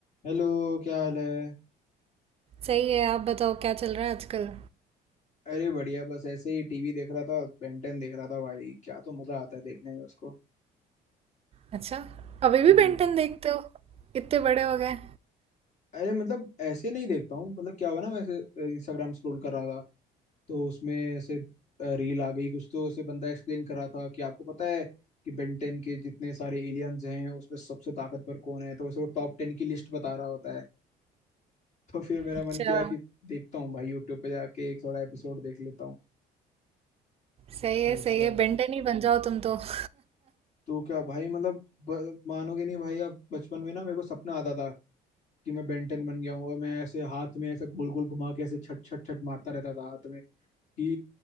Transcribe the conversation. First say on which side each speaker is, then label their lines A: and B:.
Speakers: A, on the left; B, on the right.
A: Hello क्या हाल है
B: सही है आप बताओ क्या चल रहा है आजकल
A: अरे बढ़िया बस ऐसे ही टीवी देख रहा था बेंटन देख रहा था भाई क्या तो मजा आता है देखने में उसको
B: अच्छा अभी भी
A: हम्म,
B: बेंटन देखते हो इतने बड़े हो गए
A: अरे मतलब ऐसे नहीं देखता हूँ मतलब क्या हुआ ना मैं ऐसे इंस्टाग्राम स्क्रॉल कर रहा था तो उसमें ऐसे रील आ गई कुछ तो ऐसे बंदा एक्सप्लेन कर रहा था कि आपको पता है कि बेंटन के जितने सारे एलियंस हैं उसमें सबसे ताकतवर कौन है तो ऐसे वो टॉप टेन की लिस्ट बता रहा होता है तो फिर मेरा
B: अच्छा
A: मन किया कि देखता हूँ भाई यूट्यूब पे जाके एक थोड़ा एपिसोड देख लेता हूँ
B: सही है
A: वैसा
B: सही है बेंटन ही बन जाओ तुम तो <laughs>
A: तो क्या भाई मतलब ब- मानोगे नहीं भाई अब बचपन में ना मेरे को सपना आता था कि मैं बेंटन बन गया हूँ और मैं ऐसे हाथ में ऐसे गोल गोल घुमा के ऐसे छट छट छट मारता रहता था हाथ में कि